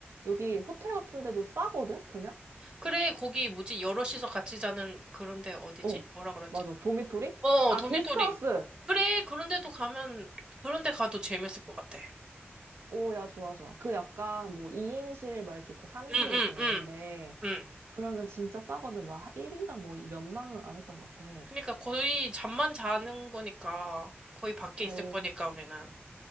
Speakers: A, on the right (about 75°); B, on the right (about 25°).
A: 여기 호텔 같은 데도 싸거든? 그냥?
B: 그래, 거기 뭐지? 여럿이서 같이 자는 그런데 어디지?
A: 어,
B: 뭐라 그러지?
A: 맞아. 도미토리?
B: 어,
A: 아,
B: 도미토리.
A: 게스트하우스!
B: 그래, 그런데도 가면, 그런데 가도 재밌을 것 같아.
A: 오, 야, 좋아, 좋아. 그 약간 뭐 2인실 막 이렇게 있고 3인실
B: 응, 응,
A: 있고 막
B: 응.
A: 이런데
B: 응.
A: 그러면 진짜 싸거든. 막 1인당 뭐 이 몇만 원 안 했던 것 같아.
B: 그러니까 거의 잠만 자는 거니까 거의 밖에
A: 그래,
B: 있을
A: 우리,
B: 거니까 우리는.